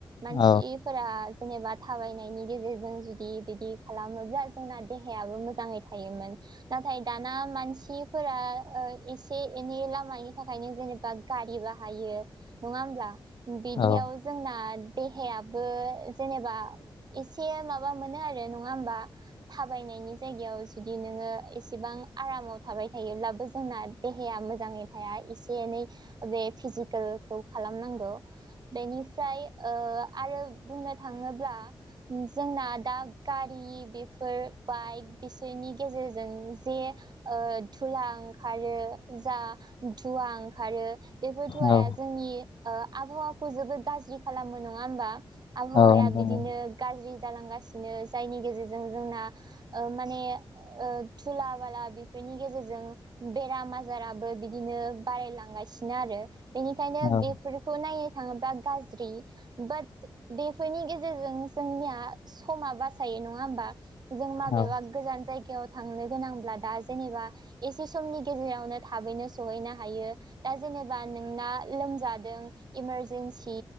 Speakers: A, on the right; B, on the left.
A: मानसिफोरा
B: औ
A: जेनेबा थाबायनायनि गेजेरजों जुदि बिदि खालामोब्ला जोंना देहायाबो मोजाङै थायोमोन, नाथाय दाना मानसिफोरा एसे एनै लामानि थाखायनो जेनेबा गारि बाहायो नङा होब्ला बिदियाव
B: औ
A: जोंना देहायाबो, जेनेबा एसे माबा मोनो आरो नङा होमबा थाबायनायनि जायगायाव जुदि नोङो एसेबां आरामाव थाबाय थायोब्लाबो जोंना देहाया मोजाङै थाया एसे एनै बे फिजिकेलखौ खालामनांगौ बेनिफ्राय आरो बुंनो थाङोब्ला जोंना दा गारि बेफोर बाइक बिसोरनि गेजेरजों जे धुला ओंखारो जा धुवा ओंखारो बेफोर धुवाया
B: औ
A: जोंनि आबहावाखौ जोबोद गाज्रि खालामो नङा होमबा आबहावाया
B: औ नोंथां
A: बिदिनो गाज्रि जालांगासिनो जायनि गेजेरजों जोंना ओ माने ओ थुला बाला बेफोरनि गेजेरजों बेराम आजाराबो बिदिनो बारायलांगासिनो आरो बेनिखायनो
B: औ
A: बेफोरखौ नायनो थाङोब्ला गाज्रि बाट बेफोरनि गेजेरजों जोंनिया समा बासायो नङा होमबा जों माबेबा
B: औ
A: गोजान जायगायाव थांनो गोनांब्ला दा जेनेबा एसे समनि गेजेरावनो थाबैनो सहैनो हायो। दा जेनेबा नोंना लोमजादों इमारजेनसि